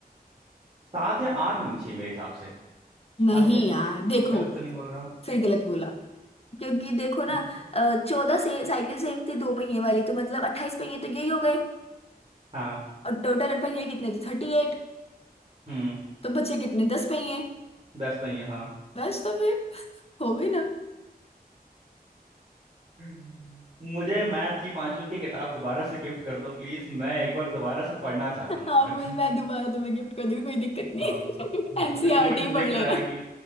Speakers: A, on the right; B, on the left.
A: सात या आठ होनी चाहिए मेरे हिसाब से
B: नहीं
A: शायद
B: यार देखो
A: गलत तो नहीं बोल रहा हूँ
B: फिर गलत बोला क्योंकि देखो
A: हम्म,
B: ना चौदह से साइकिल सेम थी दो पहिए वाली तो मतलब अट्ठाईस पहिए तो यही हो गए
A: हाँ
B: और टोटल पहिए कितने थे थर्टी एट
A: हम्म
B: तो बचे कितने दस पहिए
A: दस पहिया हाँ
B: बस तो फिर <laughs> हो गई ना
A: हम्म। मुझे मैथ की पांचवी की किताब दोबारा से गिफ्ट कर दो प्लीज मैं एक बार दोबारा से पढ़ना चाहता हूँ
B: हाँ
A: मैथ
B: मुझे मैं दोबारा तुम्हें गिफ्ट कर दूंगी कोई दिक्कत नहीं
A: हाँ हाँ
B: <laughs> एनसीईआरटी
A: क्योंकि मुझे दिख
B: पढ़ लेना
A: रहा है कि